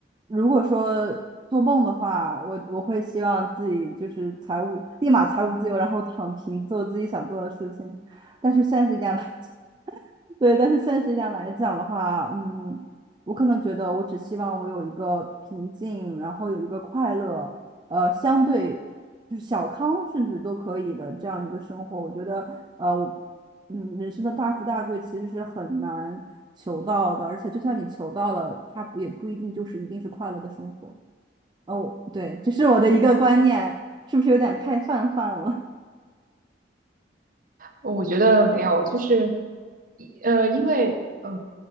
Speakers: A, on the right; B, on the right.
A: 如果说做梦的话，我我会希望自己就是财务立马财务自由，然后躺平做自己想做的事情。但是现实一点来对，但是现实一点来讲的话，嗯，我可能觉得我只希望我有一个平静，然后有一个快乐，呃，相对就是小康甚至都可以的这样一个生活。我觉得，呃，我，嗯，人生的大富大贵其实是很难求到的，而且就算你求到了，它不也不一定就是一定是快乐的生活。哦，对，这是我的一个观念，是不是有点太泛泛了？
B: 我觉得没有，就是呃，因为呃，